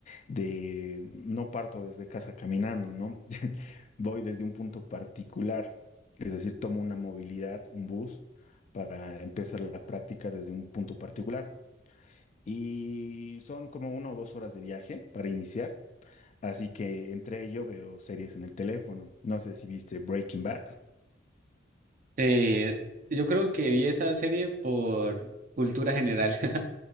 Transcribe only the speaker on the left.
de no parto desde casa caminando, ¿no? <laughs> Voy desde un punto particular, es decir, tomo una movilidad, un bus, para empezar la práctica desde un punto particular. Y son como una o dos horas de viaje para iniciar, así que entre ello veo series en el teléfono. No sé si viste Breaking Bad,